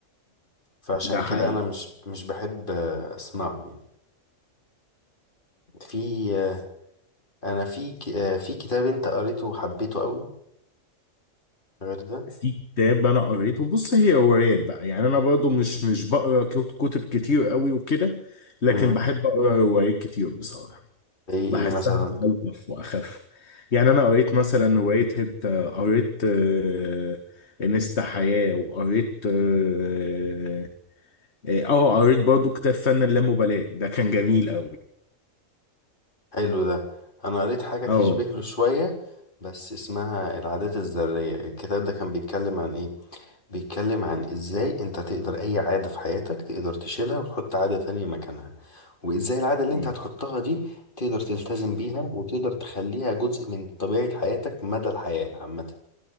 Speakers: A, on the left; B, on the left.
A: فعشان
B: ده
A: كده
B: حقيقي
A: انا مش مش بحب آه، اسمعه يعني في آه، انا في ك- آه، في كتاب انت قريته وحبيته قوي غير ده
B: في كتاب انا قريته بص هي روايات بقى يعني انا برضو مش مش بقرا كت- كتب كتير قوي وكده لكن
A: امم
B: بحب اقرا روايات كتير بصراحة
A: زي ايه
B: بحسها
A: مثلا
B: الطف واخف يعني انا قريت مثلا رواية هبت قريت آه، انستا حياة وقريت اه آه، آه، قريت برضو كتاب فن اللامبالاة ده كان جميل قوي
A: حلو ده انا قريت حاجة تشبه
B: اه
A: له شوية بس اسمها العادات الذرية الكتاب ده كان بيتكلم عن ايه بيتكلم عن ازاي انت تقدر اي عادة في حياتك تقدر تشيلها وتحط عادة تانية مكانها وازاي العادة اللي
B: مم.
A: انت هتحطها دي تقدر تلتزم بيها وتقدر تخليها جزء من طبيعة حياتك مدى الحياة عامة